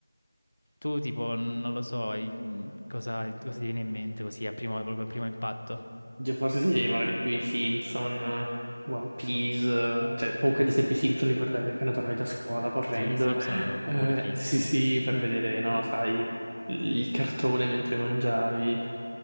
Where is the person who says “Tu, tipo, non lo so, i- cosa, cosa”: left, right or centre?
Left